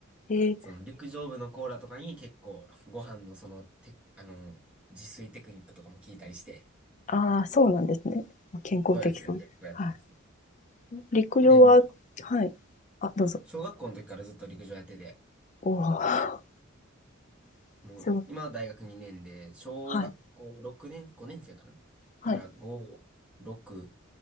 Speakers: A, on the left; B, in the centre.
A: えー、
B: その陸上部のコーラとかに結構ご飯のそのて、あのー、自炊テクニックとかも聞いたりして。
A: ああ、そうなんですね。健康的そう。
B: そうですね。結構やってますね。
A: はい。陸上は、
B: で、もう、
A: はい。あ、どうぞ。
B: 小学校の時からずっと陸上やってて、
A: おお、<laughs>
B: もう、
A: すごい。
B: 今は大学2年で、小学校6年、
A: はい。
B: 5年生かな。
A: はい。
B: だから5、6、